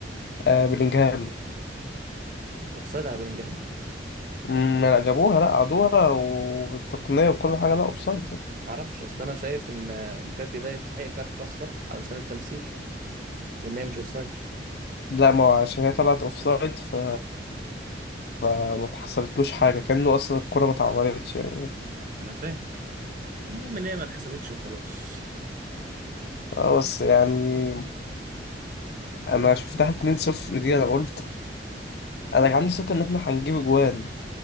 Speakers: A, on the left (about 60°); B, on the right (about 45°).
A: آه بلينجهام
B: اوفسايد على بلينجهام
A: مم، لا جابوها لا عادوها والتقنيه وكل حاجه لا اوف سايد
B: معرفش اصل انا شايف ان امبابي ده يستحق كارت اصفر علشان التمثيل وان هي مش اوفسايد
A: لا ما هو عشان هي طلعت اوف سايد ف... فما اتحسبتلوش حاجه كانه اصلا الكره ما اتعورتش يعني
B: انا فاهم المهم ان هي ما اتحسبتش وخلاص
A: اه بس يعني انا شفتها 2-0 دي انا قلت انا كان عندي ثقه ان احنا هنجيب اجوان